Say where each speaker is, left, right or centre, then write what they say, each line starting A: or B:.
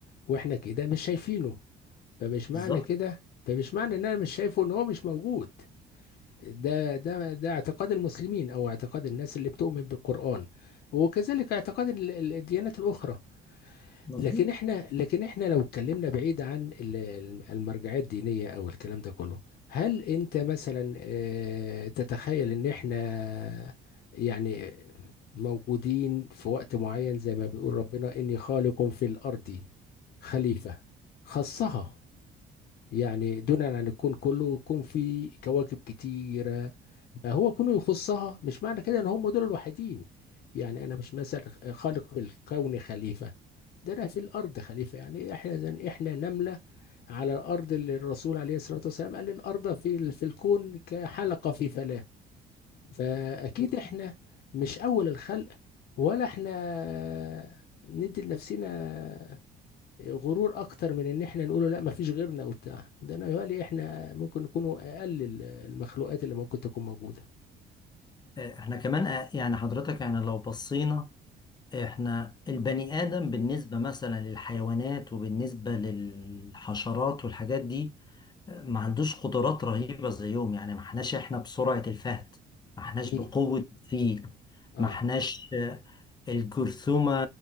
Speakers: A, on the left; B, on the left.
A: واحنا كده مش شايفينه فمش
B: بالظبط
A: معنى كده فمش معنى ان انا مش شايفه ان هو مش موجود ده ده ده اعتقاد المسلمين او اعتقاد الناس اللي بتؤمن بالقرآن وكذلك اعتقاد ال- ال- الديانات الاخرى
B: مظبوط
A: لكن احنا لكن احنا لو اتكلمنا بعيد عن ال- ال- المرجعيه الدينيه او الكلام ده كله هل انت مثلا آه، تتخيل ان احنا يعني موجودين في وقت معين زي ما بيقول ربنا اني خالق في الارض خليفه خصها يعني دونا عن الكون كله الكون فيه كواكب كتيرة فهو كونه يخصها مش معنى كده ان هم دول الوحيدين يعني انا مش مثلا خالق في الكون خليفة ده انا في الارض خليفة يعني احنا زن احنا نملة على الارض اللي الرسول عليه الصلاة والسلام قال الارض في ال- في الكون كحلقة في فلاة فاكيد
B: بص،
A: احنا مش اول الخلق ولا احنا ندي لنفسنا غرور اكتر من ان احنا نقوله لا مفيش غيرنا وبتاع ده انا يقولي احنا ممكن نكونوا اقل ال- المخلوقات اللي ممكن تكون موجوده
B: آه، احنا كمان آه، يعني حضرتك يعني لو بصينا احنا البني آدم بالنسبة مثلا للحيوانات وبالنسبة للحشرات والحاجات دي ما عندوش قدرات رهيبة زيهم يعني ما احناش احنا بسرعة الفهد ما احناش
A: امم
B: بقوة الفيل
A: اه
B: ما احناش آه، الجرثومة